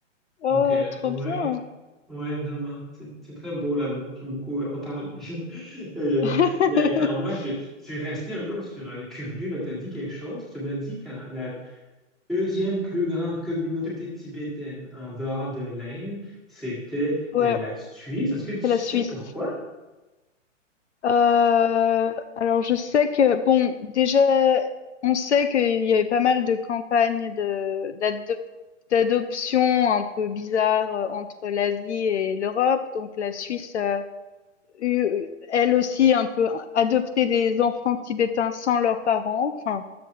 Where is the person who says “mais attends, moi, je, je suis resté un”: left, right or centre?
Centre